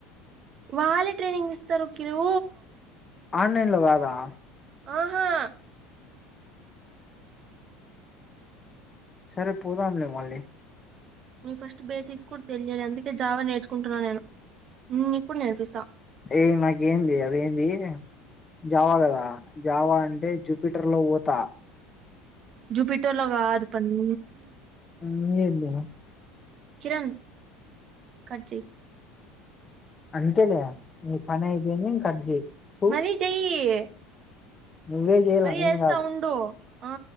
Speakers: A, on the right; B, on the left.
A: వాళ్ళే ట్రైనింగ్ ఇస్తారు కిరూ
B: ఆన్లైన్ లో కాదా
A: ఆహా
B: సరే పోదాంలే మళ్ళీ
A: నేను ఫస్ట్ బేసిక్స్ కూడా తెలియాలి అందుకే జావా నేర్చుకుంటున్నాను నేను నీకు కూడా నేర్పిస్తా
B: ఏయ్ నాకేంది అదేంది జావా కదా జావా అంటే జూపిటర్ లో పోతా
A: జుపిటర్ లో కాదు పంది
B: ఇంగేంది
A: కిరణ్ కట్ చెయ్
B: అంతేలే నీ పనీ అయిపింది కట్ చెయ్ థు
A: మరి జైయ్
B: నువ్వే చేయాల
A: మరి
B: నేను
A: చేస్తా
B: కాదు
A: ఉండు ఆ